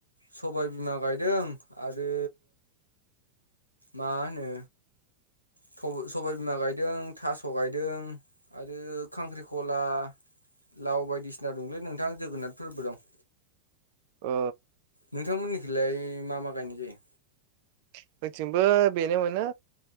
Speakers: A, on the left; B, on the right.
A: सबाय बिमा गायदों आरो मा होनो थबो सबायबिमा गायदों थास' गायदों आरो खांख्रिखला लाव बायदिसिना दंलै नोंथां जोगोनाथ फोरबो दं
B: अ
A: नोंथांमोननिखौलाय मा मा गायनाय जायो
B: जोंनिथिंबो बेनो मोनो